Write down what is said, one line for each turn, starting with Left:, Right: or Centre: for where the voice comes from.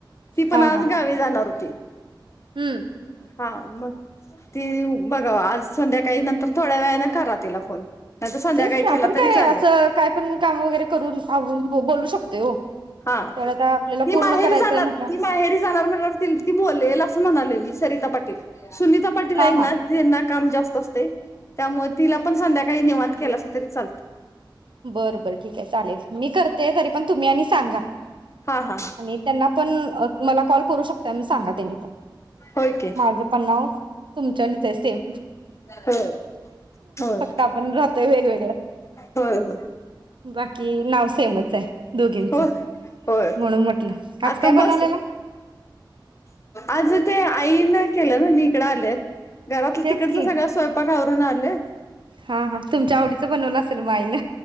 Left: ती पण
Right: हा
Left: आज
Right: हा
Left: गावी जाणार होती.
Right: हम्म
Left: हा मग. तीव बघाव आज संध्याकाळी नंतर थोड्या वेळाने करा तिला फोन. नाही तर संध्याकाळी
Right: तेच की
Left: केला
Right: आपण काय
Left: तरी चालेल
Right: असं काय पण काम वगैरे करून आवरून बोलू शकतोय हो
Left: हा
Right: तेवढं आता आपल्याला
Left: ती
Right: पूर्ण
Left: माहेरी
Right: करायचंय
Left: जाणार
Right: म्हटलं
Left: ती माहेरी जाणार म्हणाल्यावर <unintelligible> ती बोलेल असं म्हणा ले मी सरिता पाटील. सुनीता पाटील
Right: हा
Left: आहे ना
Right: हा
Left: ज्यांना काम जास्त असतय त्यामुळे तिला पण संध्याकाळी निवांत केलासा तरी चालतय.
Right: बरं बरं ठीक आहे, चालेल मी करते तरी पण तुम्ही आणि सांगा.
Left: हा हा
Right: आणि त्यांना पण अ मला कॉल करू शकताय म्हणून सांगा त्यांनी पण
Left: होय की
Right: माझं पण नाव तुमच्यावाणीच आहे सेम
Left: होय होय
Right: फक्त आपण राहतोय वेगवेगळं.
Left: होय होय
Right: बाकी नाव सेमच आहे दोघींच.
Left: हो होय
Right: म्हणून म्हटलं. आज
Left: आता
Right: काय बनवलेला
Left: बस, आज ते आई न. केलं ना मी इकडं आलेय. घरातलं
Right: तेच
Left: तिकडचं
Right: की
Left: सगळा स्वयंपाक. आवरून आले.
Right: हा हा तुमच्या आवडीचं बनवलं आसल मग आई न.